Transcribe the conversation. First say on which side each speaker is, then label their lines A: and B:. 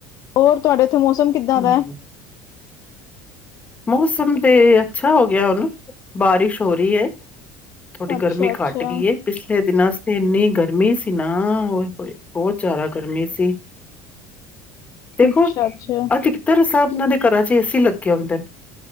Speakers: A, on the left (about 40°); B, on the left (about 15°).
A: ਔਰ ਤੁਆਡੇ ਏਥੇ ਮੌਸਮ ਕਿੱਦਾਂ
B: ਹਮ,
A: ਦਾ ਐ?
B: ਮੌਸਮ ਤੇ ਅੱਛਾ ਹੋ ਗਿਆ ਹੁਨ ਬਾਰਿਸ਼ ਹੋ ਰੀ ਏ। ਥੋੜ੍ਹੀ
A: ਅੱਛਾ
B: ਗਰਮੀ
A: ਅੱਛਾ
B: ਘੱਟ ਗੀ ਏ। ਪਿਛਲੇ ਦਿਨਾਂ ਚ ਤੇ ਏਨੀ ਗਰਮੀ ਸੀ ਨਾ ਓਏ ਹੋਏ ਬੌਤ ਜ਼ਿਆਦਾ ਗਰਮੀ ਸੀ। ਦੇਖੋ,
A: ਅੱਛਾ-ਅੱਛਾ,
B: ਅਧਿਕਤਰ ਸਬਨਾ ਦੇ ਘਰਾਂ ਚ ਏ ਸੀ ਲੱਗੇ ਹੁੰਦੇ ਨ।